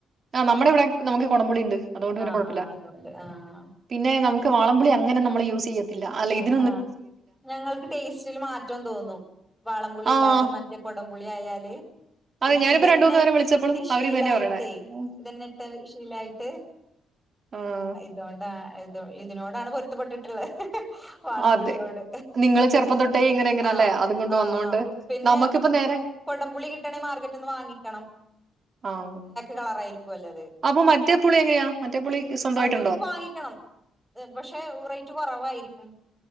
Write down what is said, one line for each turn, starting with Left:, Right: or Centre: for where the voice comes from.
Right: ആ് നമ്മടെ ഇവിടെ നമുക്ക് കൊട പുള്ളിണ്ട് അതുകൊണ്ട് പിന്നെ
Centre: ആഹ്
Right: കൊഴപ്പില്ല
Centre: ആഹ് അതുകൊണ്ട് ആഹ്
Right: പിന്നെ നമ്മക്ക് വളമ്പളിങ്ങെ നമ്മള് യൂസ് ചെയ്യ ഇല്ല അല്ലെത്
Centre: ആ ഞങ്ങൾക്ക് ടേസ്റ്റിൽ മാറ്റം തോന്നും വാളംപുളി
Right: ആഹ്
Centre: അല്ലാതെ മറ്റേ കൊടംപുളി ആായാലേ
Right: അതെ
Centre: ഈൗ
Right: ഞാനിപ്പോ
Centre: ഇതന്നെ
Right: രണ്ട് മൂന്ന് പേരെ വിളിച്ചപ്പോഴും
Centre: ഇട്ട് ശീലായിട്ടേ
Right: അവരിത് തന്നെ പറയണേ ഉം,
Centre: ഇതന്നെ ഇട്ട് ശീലായിട്ട്
Right: ആഹ
Centre: ഇതോകൊണ്ട ഇ ഇതിനോടാണ് പൊരുത്തപ്പെട്ടിട്ടുള്ളത് വാളപുളിയോട്
Right: അതെ നിങ്ങള് ചെറുപ്പം തൊട്ടേ ഇങ്ങനെ ഇങ്ങനെ
Centre: ആഹ
Right: അല്ലേ അതും കൊണ്ട്
Centre: ആഹ
Right: വന്നോണ്ട്
Centre: ആഹ് പിന്നെ
Right: നമുക്കിപ്പ നേരെ
Centre: കൊടംപുള്ളി കിട്ടണേ മാർക്കറ്റിന്ന് വാങ്ങിക്കണം
Right: ആഹ
Centre: കളറായിരിക്കല്ലേത്
Right: അപ്പൊ മറ്റേപുളി എങ്ങനെയാ മറ്റേ പു ളി സ്വന്തമായിട്ട്
Centre: അതും വാങ്ങിക്കണം പക്ഷെ റേറ്റ് കുറവായിരിക്കും